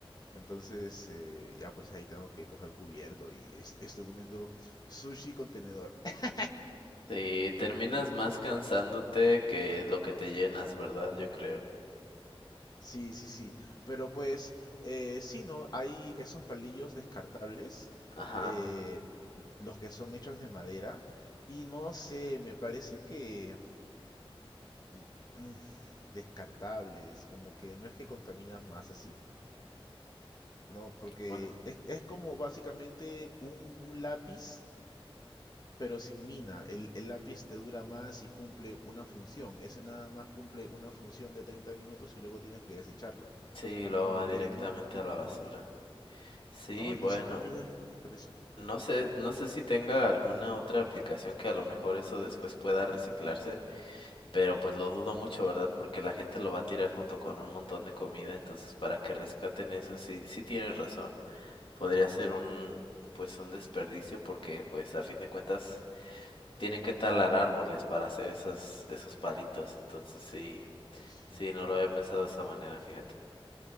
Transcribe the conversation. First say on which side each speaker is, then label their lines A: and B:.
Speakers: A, on the left; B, on the left.
A: Entonces, eh, ya pues ahí tengo que coger cubierto y est- estoy comiendo sushi con tenedor. <clears throat> <laughs>
B: Sí, terminas más cansándote que lo que te llenas, ¿verdad? Yo creo.
A: Sí, sí, sí. Pero pues, eh, sí, ¿no? Hay esos palillos descartables,
B: Ajá.
A: eh, los que son hechos de madera. Y no sé, me parece que... mm, mm, descartables, como que no es que contaminas más así, ¿no? Porque
B: Bueno,
A: es, es como básicamente un, un lápiz Pero sin mina, el, el lápiz te dura más y cumple una función. Ese nada más cumple una función de 30 minutos y luego tienes que desecharlo.
B: Sí, lo
A: Como
B: va directamente
A: que no, no,
B: a la basura.
A: no,
B: Sí,
A: no, entonces
B: bueno,
A: no piensas que es un desperdicio.
B: no sé, no sé si tenga alguna otra aplicación que a lo mejor eso después pueda reciclarse, pero pues lo dudo mucho, ¿verdad? Porque la gente lo va a tirar junto con un montón de comida, entonces para que rescaten eso, sí, sí tienes razón. Podría ser un, pues un desperdicio porque pues a fin de cuentas tienen que talar árboles para hacer esos, esos palitos, entonces sí,
A: Sí,
B: sí, no lo había pensado de esa manera, fíjate.